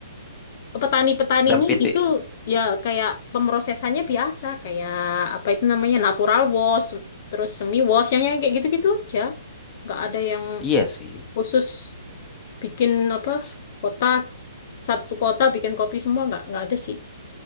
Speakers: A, on the left (about 40°); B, on the left (about 15°).
A: petani-petaninya
B: Dan PT.
A: gitu ya kayak pemrosesannya biasa, kayak apa itu namanya natural wash, terus semi wash, yang yang kayak gitu-gitu aja. Nggak ada yang
B: Iya sih.
A: khusus bikin apa
B: S-
A: kota satu kota bikin kopi semua nggak nggak ada sih